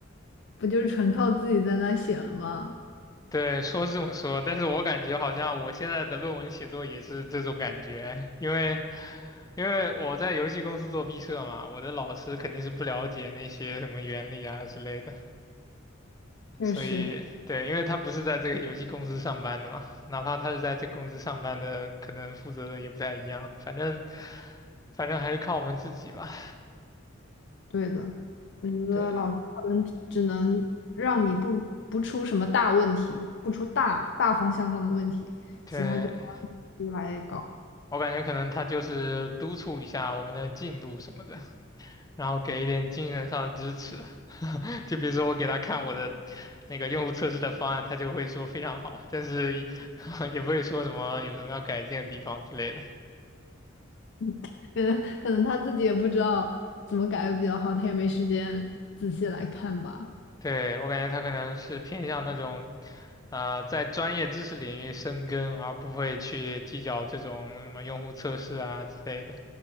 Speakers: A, on the left (about 60°); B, on the left (about 20°).
A: 不就是纯靠自己在那写了吗？
B: 对，说是这么说，但是我感觉好像我现在的论文写作也是这种感觉，因为因为我在游戏公司做毕设嘛，我的老师肯定是不了解那些什么原理啊之类的，
A: 确实，
B: 所以对，因为他不是在这个游戏公司上班的嘛，哪怕他是在这公司上班的，可能负责的也不太一样，反正反正还是靠我们自己吧。
A: 对的。我觉得老师可能只能让你不不出什么大问题，
B: 对
A: 不出大大方向上的问题，
B: 对，
A: 其他就自己来搞。
B: 我感觉可能他就是督促一下我们的进度什么的。然后给一点精神上的支持。<laughs> 就比如说我给他看我的那个用户测试的方案，他就会说非常好，但是也 <laughs> 也不会说什么有什么要改进的地方之类的。
A: <laughs> 嗯，可能他自己也不知道怎么改会比较好，他也没时间仔细来看吧。
B: 对，我感觉他可能是偏向那种，啊、在专业知识领域深耕，而不会去计较这种什么用户测试啊之类的。